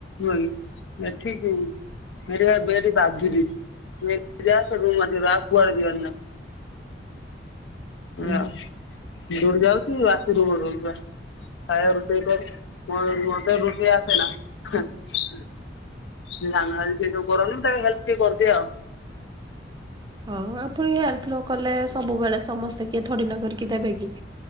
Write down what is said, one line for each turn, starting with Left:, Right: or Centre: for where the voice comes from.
Left: ନୁହେଁ କି ଏଠି ଏଠିପା ବେ ଏଠି ବାଧୁଚିଯା <unintelligible> କୁଆଡେ ଯିବାର ନାହିଁ ।
Right: ହୁଁ।
Left: ଆ ଯୋଉଠି ଯାଉଚି ଆସୁଚି ରୁମରେ ରହୁିଚି ବାସ୍। <unintelligible> ମୋତେ ରୁଟି ଆସେ ନା। ସେ ସାନ ଭାଇ ସେ ସବୁ କରନ୍ତି ମୁଁ ତାକୁ ହେଲ୍ପ ଟିକେ କରିଦିଏ ଆଉ।
Right: ହଁ ଆପଣ ହେଲ୍ପ ନ କଲେ ସବୁବେଳେ ସମସ୍ତେ କିଏ ଥୋଡିନା କରିକି ଦେବେ କି